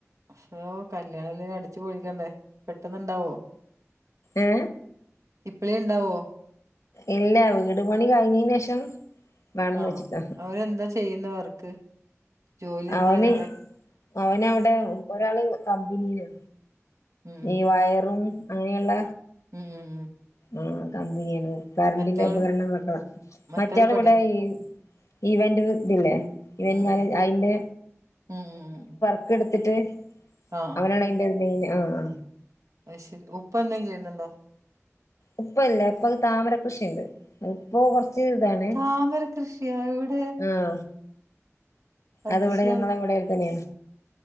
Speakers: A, on the right; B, on the left.
A: ശോ കല്യാണം എല്ല അടിച്ചു പൊളിക്കണ്ടേ പെട്ടെന്ന് ഇണ്ടാവോ
B: ഏ
A: ഇപ്പളേ ഇണ്ടാവോ
B: ഇല്ല വീട് പണി കഴിഞ്ഞേനെഷം വേണംന്ന്
A: ആഹ്.
B: വെച്ചിട്ടാ
A: അവരെന്താ ചെയ്യുന്ന വർക്ക്? ജോലി എന്താ
B: അവന്
A: രണ്ടാക്കും?
B: അവനവിടെ ഒരാള് കമ്പനിയില്
A: ഉം,
B: ഈ വയറും അങ്ങേയുള്ള
A: മ് മ് മ്
B: ആ കമ്പനിയാണ് കറണ്ടിന്റെ
A: മറ്റാള്
B: ഉപകരണങ്ങളൊക്കാ
A: മറ്റാള്
B: മറ്റിയാൾ
A: പഠിക്ക
B: ഇവിടെ ഈ ഈവന്റ് ഇതില്ലേ ഇവന്റ്
A: ഉം,
B: മാനേജ്
A: ഉം.
B: അയിന്റെ
A: ഉം
B: ക്ക് എടുത്തിട്ട്
A: ആഹ്,
B: അവനാണ് അതിന്റെ മെയിൻ ആ ആഹ്
A: അഹ് ശരി ഉപ്പ എന്തേം ചെയ്യുന്നുണ്ടോ
B: ഉപ്പ ഇല്ല ഉപ്പാക്ക് താമരക്കൃഷിണ്ട് അത് ഇപ്പൊ കൊർച്ച് കൊർച് ഇതാണ്
A: താമര കൃഷിയാ എവിടെ?
B: ആഹ്
A: അതിശയാണ്.
B: അത് ഇവിടെ ഞങ്ങളെവിടെ തന്നെയാണ്